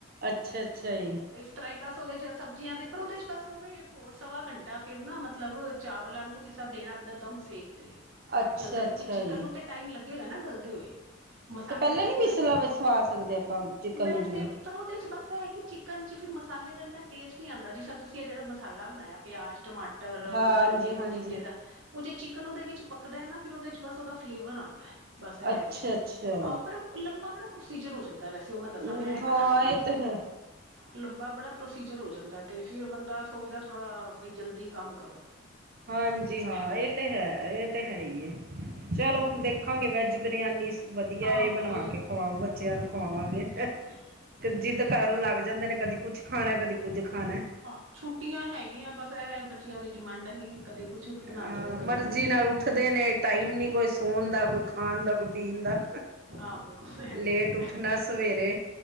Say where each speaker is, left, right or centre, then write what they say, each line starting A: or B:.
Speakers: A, on the right; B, on the right.
A: ਅੱਛਾ, ਅੱਛਾ ਜੀ।
B: ਟਰਾਈ ਪਾਸ ਉਹਦੇ ਇਚ ਸਬਜ਼ੀਆਂ ਦੇ ਪਰ ਉਹਦੇ ਚ ਬਸ ਉਹਵੇ ਸਵਾ ਘੰਟਾ ਫੈਰ ਨਾ ਮਤਲਬ ਚਾਵਲਾਂ ਨੂੰ ਜਿਸ ਤਰਾਂ ਦੇਣਾ ਪੈਂਦਾ ਦਮ ਸੇਕ ਤੇ।
A: ਅੱਛਾ
B: ਚੱਲਦਾ ਕਿਉਂਕਿ
A: ਅੱਛਾ
B: ਚਿਕਨ
A: ਜੀ
B: ਨੂੰ ਤੇ ਟਾਈਮ ਲੱਗੇਗਾ ਨਾ ਗਲਦੇ ਹੋਏ। ਮਸਾਲੇ
A: ਤੇ ਪਹਿਲਾਂ
B: ਚ
A: ਨੀ
B: ਈ ਉਹ
A: ਵਿਸਲਾ
B: ਗੱਲੇ
A: ਵਸਵਾ ਸਕਦੇ ਆਪਾਂ ਚਿਕਨ
B: ਵੈਸੇ
A: ਨੂੰ ਜਿਵੇਂ
B: ਊਪਰੋ ਉਹਦੇ ਚ ਬਸ ਸਾ ਐ ਕਿ ਚਿਕਨ ਚ ਫਿਰ ਮਸਾਲੇ ਦਾ ਇੰਨਾ ਟੇਸਟ ਨੀਂ ਆਂਦਾ। ਜਿਸ ਤਰਾਂ ਤੁਸੀਂ ਇਹ ਜਿਹੜਾ ਮਸਾਲਾ ਬਣਾਇਆ। ਪਿਆਜ ਟਮਾਟਰ
A: ਹਾਂਜੀ
B: ਧਨੀਏ
A: ਹਾਂਜੀ
B: ਪੁਦੀਨੇ ਦਾ ਉਹ ਜੇ ਚਿਕਨ ਉਹਦੇ ਵਿੱਚ ਪੱਕਦਾ ਓ ਨਾ। ਫੇਰ ਉਹਦੇ ਚ ਬਸ ਉਹਦਾ ਫਲੇਵਰ ਆਂਦਾ ਐ। ਬਸ ਐ
A: ਅੱਛਾ
B: ਵੇ
A: ਅੱਛਾ
B: ਆਹ ਪਰ ਲੰਬਾ ਬੜਾ ਪ੍ਰੋਸੀਜਰ ਹੋ ਜਾਂਦਾ। ਵੈਸੇ ਉਹ ਮੈਂ ਦੱਸਾਂ।
A: ਹਮ
B: ਮੈਂ ਬਣਾਈ
A: ਹਾਂ ਇਹ ਤੇ ਹੈ
B: ਲੰਬਾ ਬੜਾ ਪ੍ਰੋਸੀਜਰ ਹੋ ਜਾਂਦਾ। ਤੇ ਫੈਰ ਬੰਦਾ ਸੋਚਦਾ ਥੋੜਾ ਬਈ ਜਲਦੀ ਕੰਮ ਕਰੋ।
A: ਹਾਂਜੀ, ਹਾਂ
B: ਹੈਗਾ
A: ਇਹ ਤੇ ਹੈ, ਇਹ ਤੇ ਹੈ ਈ ਏ। ਚਲੋ
B: ਤੇ
A: ਦੇਖਾਂਗੇ ਵੈਜ ਬਿਰਯਾਨੀਸ ਵਧੀਆ
B: ਆਹੋ
A: ਇਹ ਬਣਾਵਾ
B: ਕੋਈ
A: ਕੇ ਖਵਾਓ ਬੱਚਿਆਂ
B: ਹੂੰ
A: ਨੂੰ ਖਵਾਵਾਂਗੇ।
B: ਹੈ ਤੇ
A: ਜਿੱਦ ਕਰਨ
B: ਹਾਂ।
A: ਲੱਗ ਜਾ ਏਨਾ ਨੇ ਕਦੀ ਕੁਛ ਖਾਣਾ, ਕਦੀ ਕੁੱਝ ਖਾਣਾ।
B: ਆ ਛੁੱਟੀਆਂ ਹੈਗੀਆਂ ਬਸ ਇਹ ਬੱਚਿਆਂ ਦੀ ਡਿਮਾਂਡਾਂ ਹੀ ਕਦੇ ਕੁਛ ਬਣਾ
A: ਹਾਂ,
B: ਦੋ ਤੇ ਕਦੇ
A: ਮਰਜ਼ੀ
B: ਕੁਛ
A: ਨਾਲ ਉੱਠਦੇ ਨੇ ਟਾਈਮ ਨ੍ਹੀਂ ਕੋਈ ਸੌਣ ਦਾ, ਕੋਈ ਖਾਣ ਦਾ, ਕੋਈ ਪੀਣ ਦਾ।
B: ਆਹੋ। ਇਹ
A: ਲੇਟ
B: ਤੇ ਗੱਲ
A: ਉੱਠਣਾ
B: ਹੈ
A: ਸਵੇਰੇ,